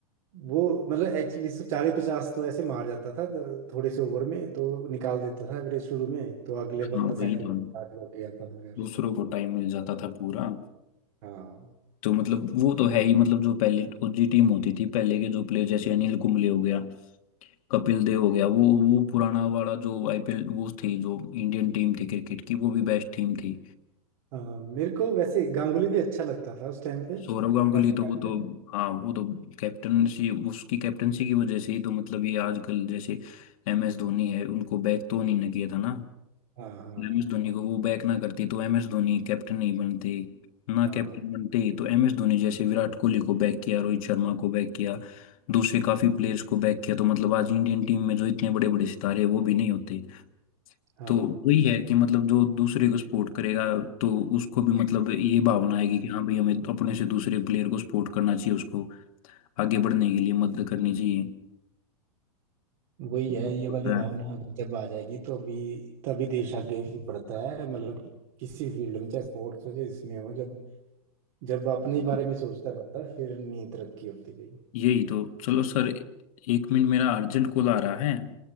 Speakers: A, on the right; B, on the left.
A: वो मतलब एक्चुअली सौ चालीस पचास तो ऐसे मार जाता था तो थोड़े से ओवर में तो निकाल देता था फिर शुरू में तो अगले
B: हाँ
A: बंदा सेट
B: वही
A: हो
B: तो
A: जाता था, जो आगे आता था फिर
B: दूसरों को टाइम मिल जाता था पूरा
A: हाँ
B: तो मतलब वो तो है ही मतलब जो पहले ओजी टीम होती थी पहले के जो प्लेयर जैसे अनिल कुंबले हो गया कपिल देव हो गया वो वो पुराना वाला जो आईपीएल वो थी जो इंडियन टीम थी क्रिकेट की वो भी बेस्ट टीम थी
A: हाँ मेरे को वैसे गांगुली भी अच्छा लगता था उस टाइम पे
B: सौरव गांगुली
A: As captain
B: तो वो तो हाँ वो तो कैप्टनसी उसकी कैप्टनसी की वजह से ही तो मतलब ये आजकल जैसे एम एस धोनी है उनको बैक तो नहीं ना किया था ना
A: हाँ हाँ
B: एम एस धोनी को वो बैक ना करती तो एम एस धोनी कैप्टन नहीं बनते ना
A: हाँ
B: कैप्टन बनते ही तो एम एस धोनी जैसे विराट कोहली को बैक किया रोहित शर्मा को बैक किया दूसरे काफी प्लेयर्स को बैक किया तो मतलब आज इंडियन टीम में जो इतने बड़े बड़े सितारे हैं वो भी नहीं होते
A: हाँ
B: तो वही है कि मतलब जो दूसरे को सपोर्ट करेगा तो उसको भी हम्म, मतलब ये भावना आएगी कि हाँ भाई हमें अपने से दूसरे प्लेयर को सपोर्ट करना चाहिए उसको आगे बढ़ने के लिए मदद करनी चाहिए
A: वही है ये
B: होता
A: वाली भावना
B: है
A: जब आ जाएगी तो अभी तभी देश आगे बढ़ता है मतलब किसी फील्ड में चाहे स्पोर्ट्स हो चाहे इसमें हो जब जब अपने ही बारे
B: तो
A: में सोचता रहता है फिर नहीं तरक्की होती रही
B: यही तो चलो सर एक मिनट मेरा अर्जेंट कॉल आ रहा है